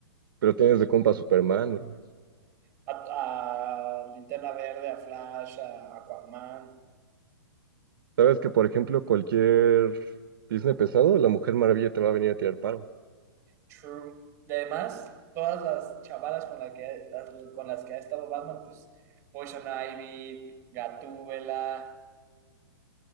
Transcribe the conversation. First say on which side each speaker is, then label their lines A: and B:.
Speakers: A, on the right (about 55°); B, on the right (about 20°).
A: Pero tienes de compa a Superman, bro.
B: A, a Linterna Verde, a Flash, a Aquaman.
A: Sabes que, por ejemplo, cualquier Disney pesado, la Mujer Maravilla te va a venir a tirar paro.
B: True. Y además, todas las chavalas con, la que, las- con las que ha estado Batman, pues Poison Ivy, Gatúbela,